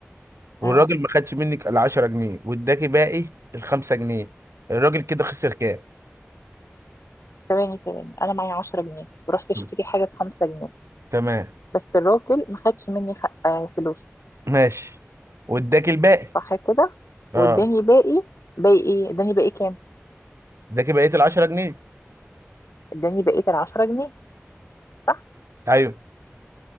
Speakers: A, on the right; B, on the left.
A: والراجل
B: اه
A: ما خدش منك ال 10 جنيه واداكي باقي الخمسة جنيه الراجل كده خسر كام
B: ثواني ثواني انا معايا 10 جنيه ورحت اشتري
A: مم.
B: حاجه ب 5 جنيه
A: تمام
B: بس الراجل ما خدش مني خ... آه فلوس
A: ماشي واداكي الباقي
B: صح كده واداني
A: اه
B: باقي باقي ايه اداني باقي كام
A: اداكي بقيه ال 10 جنيه
B: اداني بقيه ال 10 جنيه صح
A: ايوه